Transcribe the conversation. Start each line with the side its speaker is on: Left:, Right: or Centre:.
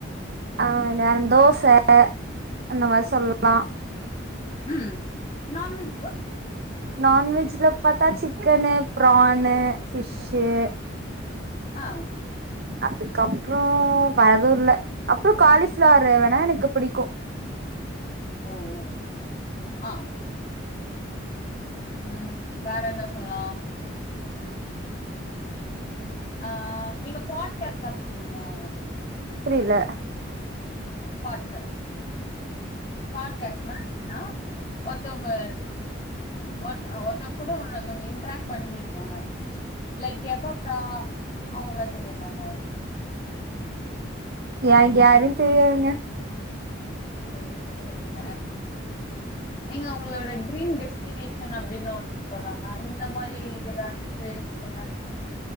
Right: அ வேற என் தோச ச அந்த மாரி சொல்லா
Left: ம் நான்வெஜ்ஜு
Right: நான்வெஜ்ல பாத்தா சிக்கனு ப்ரானு ஃபிஷ்ஷு
Left: ஆ
Right: அதுக்கப்ரோ வெரேதுல்ல அப்ரோ காலிஃப்ளரு வேணா எனக்கு பிடிக்கும்
Left: ம் ம் ஆ ம் வேற என்ன சொல்லா ஆ நீங்க பாட்கஸ் பாப்பீங்களா
Right: புரியல
Left: பாட்காஸ்ட் பாட்காஸ்னா என்னா ஒருத்தவங்க ஒர் அ ஒருத்தவங்க கூட ஒன்னொத்தவங்க இன்ட்ராக்ட் பண்ணி பேசுவாங்க லைக் எப்பப்பா அவங்கல்லா தெரியுலங்க
Right: எனக்கு யாரையும் தெரியாதுங்க
Left: செரிங்க செரிங்க எங்க உங்களோட ட்ரீம் டெஸ்டினேஷன் அப்படின்னு ஒன்ருகுலங்க அந்த மாரி ஏதாது செர் சொல்லுங்க